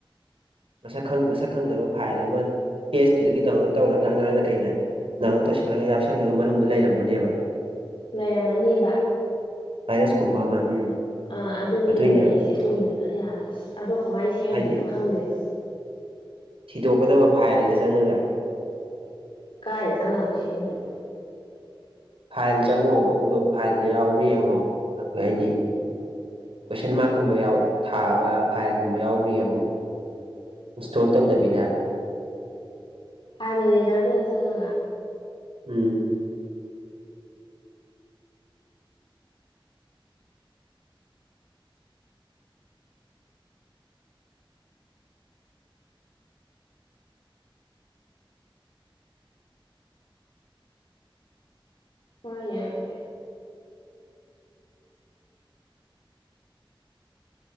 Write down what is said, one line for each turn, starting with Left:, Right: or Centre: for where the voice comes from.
Right: ꯃꯁꯛ ꯈꯪ ꯃꯁꯛ ꯈꯪꯗꯕ ꯐꯥꯏꯜ ꯑꯃ ꯄꯦꯖꯇꯨꯗꯒꯤ ꯗꯥꯎꯟꯂꯣꯗ ꯇꯧꯔꯒ ꯑꯉꯥꯡꯅ ꯀꯩꯅ ꯗꯥꯎꯂꯣꯠ ꯇꯧꯁꯤꯜꯂꯒ ꯌꯥꯎꯁꯜꯂꯒ ꯃꯅꯨꯡꯗ ꯂꯩꯔꯝꯒꯅꯦꯕ
Left: ꯂꯩꯔꯝꯃꯅꯤꯕ
Right: ꯕꯥꯢꯔꯁ ꯀꯨꯝꯕ ꯑꯃ ꯎꯝ
Left: ꯑ ꯑꯗꯨꯅꯦꯕ
Right: ꯑꯗꯨꯏꯅꯦꯕ
Left: ꯂꯩꯔꯤꯁꯦ ꯑꯗꯨꯏꯅꯦꯕ ꯌꯥꯗ꯭ꯔꯤꯁꯦ ꯑꯗꯣ ꯀꯃꯥꯏ ꯁꯦꯝꯗꯣꯏꯅꯣ
Right: ꯍꯥꯏꯗꯤ
Left: ꯈꯪꯗꯦꯕ
Right: ꯊꯤꯗꯣꯛꯀꯗꯕ ꯐꯥꯏꯜꯗ ꯆꯪꯉꯒ
Left: ꯀꯥꯏꯗ ꯆꯪꯉꯕ ꯁꯦꯝꯗꯣꯏꯕ
Right: ꯐꯥꯏꯜ ꯆꯪꯉꯣ ꯗꯨꯒ ꯐꯥꯏꯜꯗ ꯌꯥꯎꯕ꯭ꯔꯥ ꯌꯦꯉꯣ ꯑꯗꯨ ꯍꯥꯏꯗꯤ ꯀꯣꯏꯁꯟ ꯃꯥꯛꯀꯨꯝꯕ ꯌꯥꯎ ꯊꯥꯕ ꯐꯥꯏꯜꯒꯨꯝꯕ ꯌꯥꯎꯕ꯭ꯔ ꯌꯦꯉꯣ ꯏꯟꯁꯇꯣꯜ ꯇꯧꯗꯕꯤꯗ
Left: ꯐꯥꯢꯜ ꯃꯦꯅꯦꯖꯔꯗꯨꯗ ꯆꯪꯉꯒ
Right: ꯎꯝ
Left: ꯍꯣꯏ ꯌꯦꯡꯉꯒꯦ